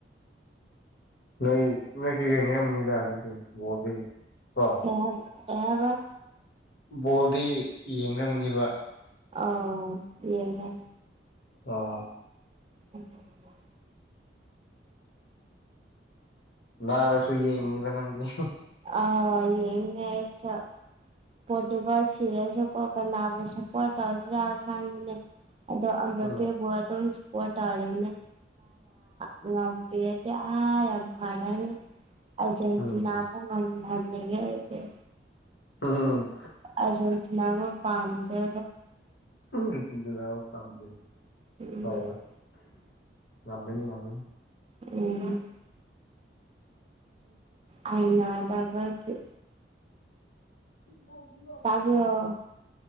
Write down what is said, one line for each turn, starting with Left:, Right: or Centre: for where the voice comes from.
Left: ꯅꯣꯏ ꯅꯣꯏꯁꯨ ꯌꯦꯡꯔꯝꯕꯅꯤꯗ ꯑꯗꯨꯗꯤ ꯕꯣꯔꯗ ꯀꯣ
Right: ꯀꯩ ꯍꯥꯏ ꯀꯩ ꯍꯥꯏꯕ
Left: ꯕꯣꯜꯗꯤ ꯌꯦꯡꯉꯝꯅꯦꯕ
Right: ꯑ ꯌꯦꯡꯉꯦ
Left: ꯑꯣ
Right: ꯑꯟꯑꯣꯗꯤꯕꯜ
Left: ꯅꯥꯔꯁꯨ ꯌꯦꯡꯅꯤꯕ ꯅꯪꯗꯤ
Right: ꯑꯧ ꯌꯦꯡꯉꯦ ꯑꯩꯁꯨ ꯄꯣꯔꯇꯨꯒꯜ ꯁꯤꯔꯁꯨꯀꯣ ꯀꯅꯥꯕꯨ ꯁꯞꯄꯣꯔꯠ ꯇꯧꯁꯤꯔꯥ ꯈꯟꯕꯅꯦ ꯑꯟꯏꯟꯇꯦꯜꯂꯤꯖꯦꯕꯜ
Left: ꯎꯝ
Right: ꯉꯕꯤꯔꯗꯤ ꯑ ꯌꯥꯝ ꯐꯔꯅꯤ ꯑꯔꯖꯦꯟꯇꯤꯅꯥ
Left: ꯎꯝ
Right: ꯅꯒ ꯍꯥꯏꯗꯤꯦ
Left: ꯍ ꯍ
Right: ꯑꯔꯖꯦꯟꯇꯅꯥ ꯄꯥꯟꯗ
Left: ꯆꯗ ꯊꯝꯗ
Right: ꯎꯝ
Left: ꯍ ꯉꯝꯃꯅꯤ ꯉꯝꯃꯅꯤ
Right: ꯎꯝ ꯑꯟꯏꯟꯇꯦꯜꯂꯤꯖꯦꯕꯜ
Left: ꯑꯟꯑꯣꯗꯤꯕꯜ
Right: ꯑꯗꯣ